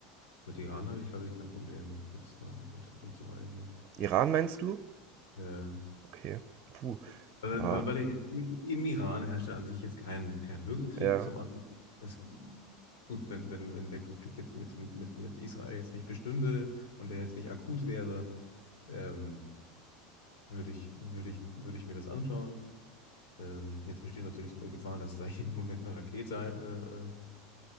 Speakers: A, on the left; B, on the right.
A: Mit Iran habe ich, glaube ich, kein Problem, jetzt da ein bisschen rumzureisen.
B: Iran meinst du?
A: Äh,
B: Okay. Puh.
A: weil,
B: Ja,
A: weil, weil ich, in, im Iran herrscht ja an sich jetzt kein, kein Bürgerkrieg
B: ja.
A: zum anderen. Es, gut, wenn, wenn, wenn der Konflikt jetzt mit, mit, mit Israel jetzt nicht bestünde und der jetzt nicht akut wäre, ähm, würde ich, würde ich, würde ich mir das anschauen. Ähm, jetzt besteht natürlich eine Gefahr, dass da <laughs> jeden Moment eine Rakete äh, äh,